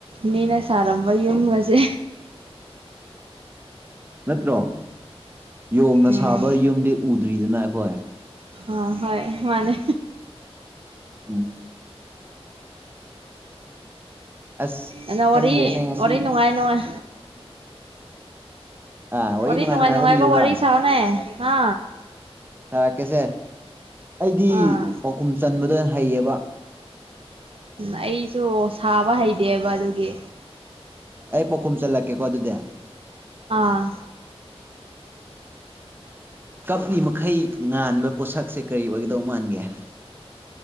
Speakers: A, on the right (about 60°); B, on the right (about 20°).
A: ꯃꯤꯅ ꯁꯥꯔꯝꯕ ꯌꯨꯝ ꯑꯁꯦ
B: ꯅꯠꯇ꯭ꯔꯣ ꯌꯣꯡꯅ
A: ꯎꯝ
B: ꯁꯥꯕ ꯌꯨꯝꯗꯤ ꯎꯗ꯭ꯔꯤꯗꯅ ꯑꯩꯈꯣꯏ
A: ꯑ ꯍꯣꯏ ꯃꯥꯅꯦ
B: ꯎꯝ ꯑꯁ
A: ꯑ ꯑꯣꯔ
B: ꯈꯪꯗ꯭ꯔꯦꯅꯦ ꯉꯁꯤ
A: ꯑꯣꯔ ꯅꯨꯡꯉꯥꯏ ꯅꯨꯡꯉꯥꯏ
B: ꯑꯥ ꯋꯥꯔꯤ
A: ꯋꯥꯔꯤꯅꯤ ꯅꯨꯡꯉꯥꯏ ꯅꯨꯡꯉꯥꯏꯕ
B: ꯂꯤꯌꯨꯔꯥ
A: ꯋꯥꯔꯤꯔꯤ ꯆꯥꯎꯅꯦ ꯑ
B: ꯁꯥꯔꯛꯀꯦꯁꯦ ꯑꯩꯗꯤ
A: ꯑꯥ
B: ꯄꯥꯎꯈꯨꯝ ꯆꯟꯕꯗ ꯑꯣꯏꯅ ꯍꯩꯌꯦꯕ
A: ꯎꯝ ꯑꯩꯁꯨ ꯁꯥꯕ ꯍꯩꯇꯦꯕ ꯑꯗꯨꯒꯤ
B: ꯑꯩ ꯄꯥꯎꯈꯨꯝ ꯆꯠꯂꯛꯀꯦꯀꯣ ꯑꯗꯨꯗꯤ
A: ꯑꯥ
B: ꯀꯞꯅꯤ ꯃꯈꯩ ꯉꯥꯟꯕ ꯄꯣꯠꯁꯛꯁꯦ ꯀꯔꯤ ꯑꯣꯏꯒꯗꯧ ꯃꯥꯟꯒꯦ ꯎ